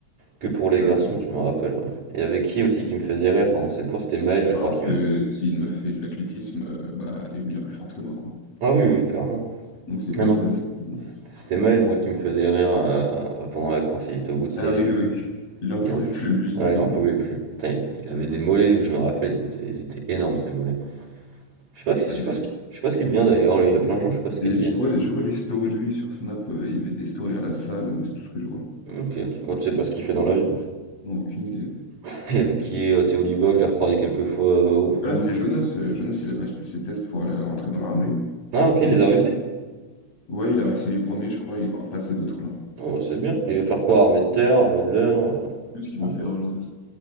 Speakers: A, on the right (about 65°); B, on the left (about 55°).
A: que pour les
B: Ah
A: garçons,
B: ouais.
A: je me rappelle. ouais. Il y avait qui aussi qui me faisait rire pendant cette course? C'était Maël, je
B: Alors
A: crois qui
B: que
A: me...
B: si une meuf fait de l'athlétisme, euh, bah, elle est bien plus forte que moi, quoi.
A: Ah oui, oui, clairement.
B: Donc c'est pas
A: Ah non,
B: très équitable.
A: c'était Maël, moi, qui me faisait rire euh, pendant la course. Il était au bout de sa
B: Ah oui,
A: vie.
B: oui,
A: je-
B: oui. il en pouvait
A: Il en...
B: plus, lui, il
A: Ouais,
B: était
A: il
B: au
A: en
B: bout
A: pouvait plus. Putain, il il avait des mollets, lui, je me rappelle. Ils étaient, ils étaient énormes, ces mollets. Je sais pas, que- je
B: Bah,
A: sais
B: des-
A: pas ce qu'il je sais pas ce qu'il devient d'ailleurs, lui. Il y a plein de gens, je sais pas ce qu'ils
B: des-
A: deviennent.
B: je vois, je vois des stories de lui sur Snap, euh, il met des stories à la salle, mais c'est tout ce que je vois.
A: Ok, tu- moi, tu sais pas ce qu'il fait dans la vie.
B: Non, aucune idée.
A: <laughs> Il y avait qui? euh, Théo Libac, je l'ai recroisé quelques fois euh, au foot.
B: Voilà, c'est Jonas. euh, Jonas, il a passé ses tests pour aller rentrer dans l'armée.
A: Ah, ok,
B: Il
A: il les
B: m'a-
A: a réussi?
B: Ouais, il a réussi les premiers, je crois, et il va repasser d'autres là.
A: Oh, bah, c'est bien. Il veut faire quoi? Armée de terre, armée de l'air?
B: Tout ce qu'il
A: euh,
B: veut faire, Jonas.